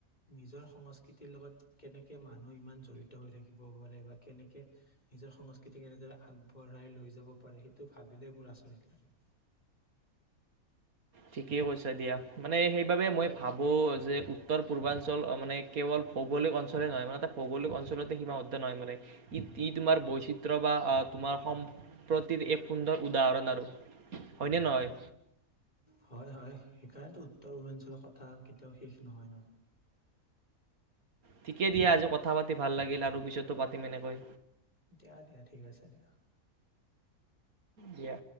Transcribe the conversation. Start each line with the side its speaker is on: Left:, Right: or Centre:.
Left: নিজৰ সংস্কৃতিৰ লগত কেনেকে মানুহ ইমান জড়িত হৈ থাকে থিব পাৰে বা কেনেকে নিজৰ সংস্কৃতি কেনেদৰে আগবঢ়াই লৈ যাব পাৰে সেইটো ভাবিলেই মোৰ আচৰিত লাগে
Right: ঠিকেই কৈছ দিয়া মানে সেইবাবে মই ভাবো যে উত্তৰ পূৰ্বাঞ্চল মানে কেৱল ভৌগলিক অঞ্চলেই নহয় মানে এটা ভৌগলিক অঞ্চলতে সীমাবদ্ধ নহয় মানে ই ই তোমাৰ বৈচিত্ৰ বা তোমাৰ সম্প্ৰতিৰ এক সুন্দৰ উদাহৰণ আৰু হয়নে নহয়
Left: হয় হয় সেইকাৰণেতো উত্তৰ পূৰ্বাঞ্চলৰ কথা কেতিয়াও শেষ নহয় ন
Right: ঠিকে দিয়া আজি কথা পাতি ভাল লাগিল আৰু পিছতো পাতিম এনেকৈ
Left: দিয়া দিয়া ঠিক আছে দিয়া
Right: দিয়া